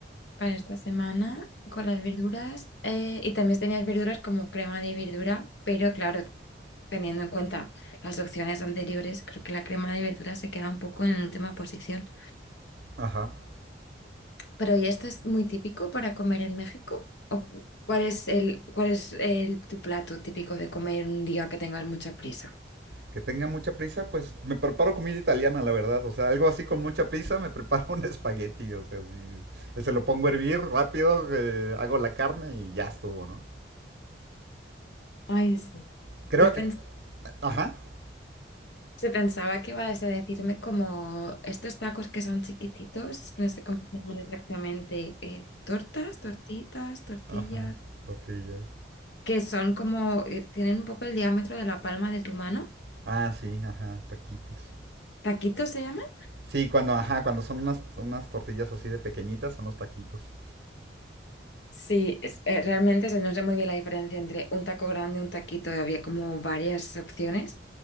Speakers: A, on the left; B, on the right.
A: para esta semana con las verduras eh, y también tenías verduras como crema de verdura, pero claro, teniendo en cuenta las opciones anteriores, creo que la crema de verdura se queda un poco en última posición.
B: ajá.
A: Pero ¿y esto es muy típico para comer en México? ¿O cuál es el, cuál es el, tu plato típico de comer un día que tengas mucha prisa?
B: Que tenga mucha prisa, pues me preparo comida italiana, la verdad. O sea, algo así con mucha prisa, me preparo <laughs> un espagueti. O sea, sí, Eh, se lo pongo a hervir rápido, eh, hago la carne y ya estuvo, ¿no?
A: Ay, sí.
B: Creo,
A: Yo pensé.
B: eh, ajá,
A: Se pensaba que ibas a decirme como estos tacos que son chiquititos, no sé cómo se llaman exactamente, eh, tortas, tortitas, tortillas,
B: ajá, tortillas.
A: que son como, eh, tienen un poco el diámetro de la palma de tu mano.
B: Ah, sí, ajá, taquitos.
A: ¿Taquitos se llaman?
B: Sí, cuando, ajá, cuando son unas, unas tortillas así de pequeñitas, son los taquitos.
A: Sí, es- eh, realmente o sea, no sé muy bien la diferencia entre un taco grande y un taquito, había como varias opciones.